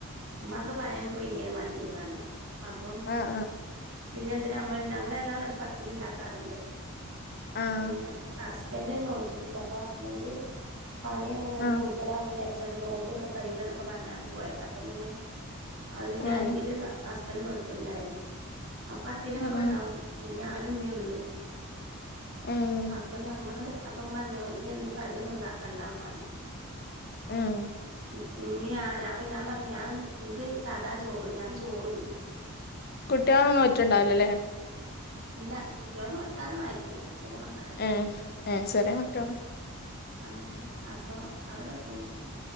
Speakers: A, on the right; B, on the left.
A: ഇമ്മാക്ക് പഴം പുഴുങ്ങിയത് ‌മതീന്ന് പർഞ്ഞു അപ്പം
B: ആഹ്
A: പിന്നെന്തിനാ നമ്മൾ ഞങ്ങള് എല്ലാ പ്രാശ്യം പത്തിരി ഇണ്ടാക്കാറ്ണ്ട്
B: ആഹ് ആഹ്
A: പിന്നെ ഹസ്ബന്റ് നോറ്റിട്ടില്ല അപ്പൊ ഹസ്ബന്റ് പണി കഴി യുമ്പം
B: ആഹ്
A: കൂടുതലാവും വിചാരിച്ചാട്ട് നോമ്പ് നോല്ക്കാൻ കഴിയൂല എന്നൊക്കെ പറഞ്ഞാട്ട് പോയതാ അപ്പം പിന്നെ അത് പിന്നെ ചായ
B: ഉം
A: അല്ലെങ്കില് ഹസ്ബന്റ് നോൽക്കല് ഇണ്ടായിരുന്നു അപ്പൊ പത്തിരി
B: ഉം
A: ഇതൊക്കെ
B: ഉം
A: ഇണ്ടാവും ഇഞ് ഞാനും ഇമ്മിം ഒള്ളൂ
B: ഉം
A: അപ്പം ഞമ്മള് അപ്പം ഇമ്മറഞ്ഞു ഇഞ് എന്തും കടിയൊന്നും ഇണ്ടാക്കണ്ട പറഞ്ഞു
B: ഉം
A: ഉം ഇഞ്ഞ് ആ അപ്പം ഞാ പർഞ്ഞു ഞാൻ ഇൻക്ക് സദാ ചോറ് ഞാൻ ചോറ് ന്നും
B: കുട്ടിയളൊന്നും നോറ്റ്ണ്ടാവുല്ലല്ലേ?
A: ഇല്ല കുട്ടിയള് നോക്കാനൊന്നും ആയിട്ടില്ല ചെറിയ മക്കളാ
B: എഹ് ഉം ചെറിയ മക്കളാ
A: ആ അപ്പൊ അവര് നോറ്റീല്ല